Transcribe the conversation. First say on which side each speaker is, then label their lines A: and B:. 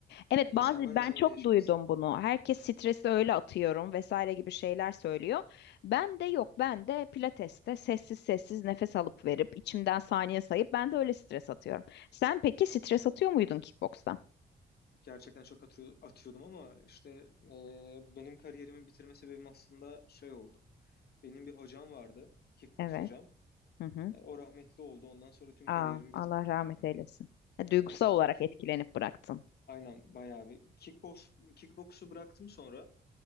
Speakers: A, on the left (about 85°); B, on the left (about 65°).
A: Evet
B: Yani
A: bazı
B: insandan
A: ben
B: insana
A: çok
B: değişiyor
A: duydum bunu. Herkes stresi öyle atıyorum vesaire gibi şeyler söylüyor. Ben de yok. Ben de pilateste sessiz sessiz nefes alıp verip içimden saniye sayıp ben de öyle stres atıyorum. Sen peki stres atıyor muydun kickbokstan?
B: gerçekten çok atıyor- atıyordum ama işte e, benim kariyerimi bitirme sebebim aslında şey oldu. Benim bir hocam vardı, kickboks
A: Evet.
B: hocam.
A: Hı hı.
B: E, o rahmetli oldu. Ondan sonra tüm
A: Aa,
B: kariyerimi
A: Allah
B: bitirdim
A: rahmet
B: zaten.
A: eylesin. E, Duygusal
B: E, s-
A: olarak
B: ki-
A: etkilenip bıraktın.
B: aynen bayağı bir kickboks kickboksu bıraktım sonra